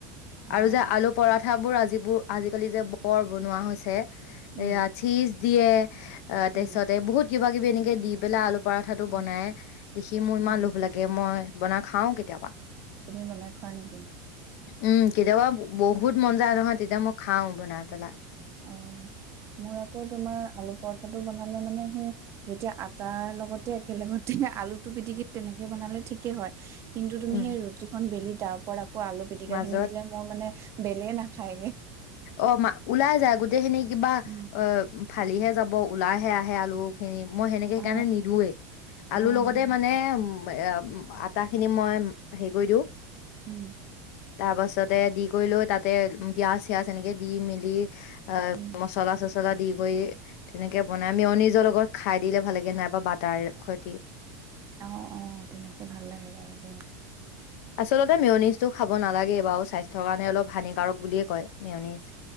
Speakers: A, on the right (about 35°); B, on the left (about 65°).
A: অ',
B: আৰু যে আলু পঠাবোৰ আজি যিবোৰ আজিকালি যে বৰ বনোৱা হৈছে।
A: উম,
B: এয়া চি দিয়ে। অ'
A: উম,
B: তাৰিছতে বহুত কিবা কিব এনেকৈ দি পেলাই পৰাঠাটো
A: উম,
B: বনাই দেখি মোৰ ইমান
A: অ',
B: লোভ লাগে। মই বনাই খাওঁ কেতিয়াবা।
A: তুমি বনাই খোৱা নেকি?
B: উম কেতিয়াবা বহুত মন যায় নহয়। তেতিয়া মই খাও বনাই পেলাই
A: অ' মোৰ আকৌ তোমাৰ আলু পৰঠা <unintelligible> বনালে মানে সেই যেতিয়া আটাৰ লগতে একেলগতে আলুটো পিটিকি তেনেকে বনালে ঠিকেই হয় কিন্তু তুমি
B: উম
A: সেই ৰুটিখন বেলি তাৰ পৰা আকৌ আলু পিটিকা
B: মাজত
A: খিনি দিলে মোৰ মানে বেলে নাখায় গে
B: অ', মা ওলাই যায় গোটেই খিনি কিবা
A: উম
B: অ' ফালিহে যাব ওলাই সে আহে আলু <unintelligible> মই সেনেকে
A: অ
B: সেইকাৰণে নিদোয়ে
A: অ
B: আলুৰ লগতে
A: সেইটো
B: মানে উম আটা খিনি মই হেৰি কৰি দিওঁ।
A: উম।
B: তাৰ পাছতে দি কৰি লৈ তাতে পিয়াজ পিয়াজ এনেকে দি মেলি অ
A: উম
B: মচলা চচ লা দি কৰি ধুনীয়া কে বনাই নিজৰ লগত খাই দিলে ভাল লাগে নাই পা বাটাৰ খতি।
A: আহ অ তেনেকে ভাল লাগে বাৰু দেই।
B: আচলতে মেয়নিজটো খাব নালাগে বাৰু স্বাস্থ্যৰ কাৰণে অলপ হানিকাৰক বুলিয়ে কয়। মেয়নিজ